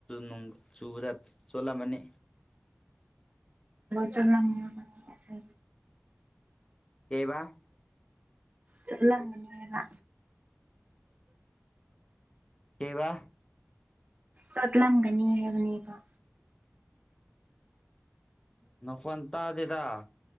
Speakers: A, on the left; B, on the right.
A: ꯅꯣꯡꯆꯨꯗ ꯆꯣꯠꯂꯝꯃꯅꯤ
B: ꯆꯔ ꯂꯅꯁ
A: ꯀꯩꯕ
B: ꯆꯂꯒ ꯅꯔ
A: ꯀꯕꯥ
B: ꯁꯣꯇꯂꯝꯒꯅꯤ ꯍꯥꯏꯦꯕꯅꯤꯕ
A: ꯅ ꯐꯣꯟ ꯇꯗꯦꯗ